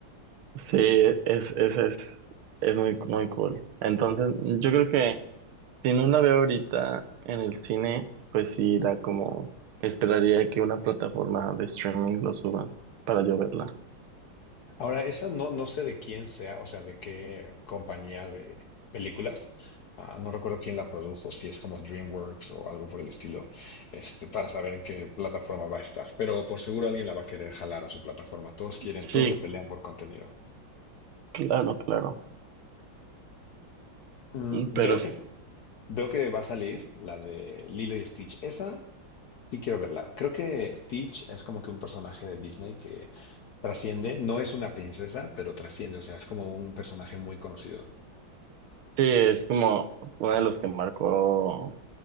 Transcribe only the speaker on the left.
Ahora, esa no, no sé de quién sea, o sea, de qué compañía de películas. Ah, no recuerdo quién la produjo, si es como DreamWorks o algo por el estilo, este, para saber en qué plataforma va a estar. Pero por seguro alguien la va a querer jalar a su plataforma. Todos quieren,
todos se pelean por contenido.
Mm, veo
que, veo que va a salir la de Lilo y Stitch. Esa sí quiero verla. Creo que Stitch es como que un personaje de Disney que trasciende. No es una princesa, pero trasciende. O sea, es como un personaje muy conocido.